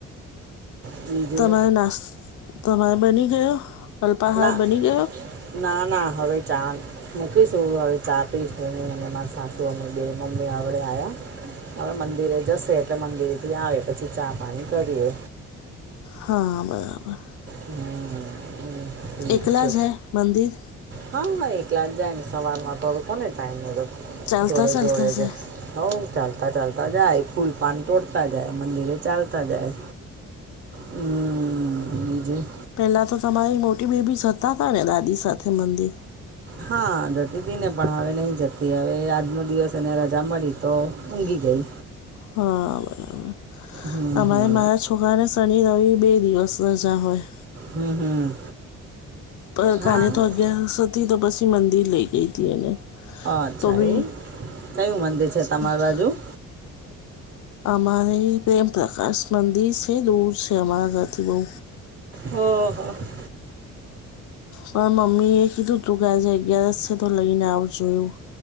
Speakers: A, on the right; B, on the left.
A: હમ બીજું
B: તમારો નાસ્તો, તમારો બની ગયો અલ્પાહાર
A: ના
B: બની ગયો
A: ના ના હવે ચા મૂકીશું હવે ચા આપીશ અને મા સાસુ અને બે મમ્મી આવડે આ્યા હવે મંદિરે જશે એટલે મંદિરેથી આવે પછી ચા પાણી કરીએ.
B: હા, બરાબર
A: હમ હમ, ઠીક
B: એકલા
A: છે
B: જાય મંદિર
A: હા, એકલા જાય ને સવાર માં થોડો કોને ટાઈમ મળે
B: ચાલતા
A: જોડે,
B: ચાલતા
A: જોડે
B: છે
A: જ હઉ, ચાલતા, ચાલતા જાય ફૂલ પાન તોડતા જાય, મંદિરે ચાલતા જાય હમ્મ બીજું
B: પહેલાં તો તમારી મોટી બેબી જતા હતા ને દાદી સાથે મંદિર
A: હા, જતી હતી ને પણ હવે નહીં જતી હવે આજનો દિવસ એને રજા મળી તો ઊંઘી ગઈ
B: હ, બરાબર
A: હમ
B: અમારે
A: હમ
B: મારા છોકરાને શનિ, રવિ બે દિવસ રજા હોય
A: હમ, હમ
B: ગઈકાલે
A: હા
B: તો અગિયારસ હતી તો પછી મંદિર લઈ ગઈ હતી એને
A: અચ્છા
B: તો બી
A: એવું કયું મંદિર છે તમારી
B: <unintelligible>
A: બાજુ
B: અમારે અહી પ્રેમ પ્રકાશ મંદિર છે દૂર છે અમારા ઘરથી બહુ
A: હો, હ
B: પણ મમ્મી એ કીધું તું કે આજે અગિયારસ છે તો લઈને આવજે એવું